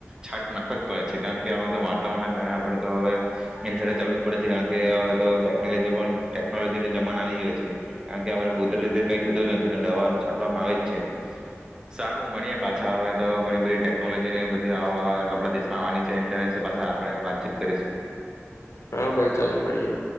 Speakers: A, on the right; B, on the left.
A: છાટ નાખવો જ પડે છે, કારણ કે હવે તો વાતાવરણ ના કારણે આપણે તો હવે ચાલવું જ પડે છે, કારણ કે હવે તોટેકજી ટેકનોલોજી નો જમાન આવી ગયો છે, કારણ કે હ કુદર રીતે કઈ થતું જ નથી. જેને દવા છાંટવામાં આવે જ છે, સારું મળીએ પાછા હવે તો ઘણી બધી ટેકનોલોજીની બધી આપણા દેશમાં આવવાની છે તેના વિશે પાછા આપણે વાતચીત કરીશું.
B: હા, ભાઈ ચાલો મળીએ.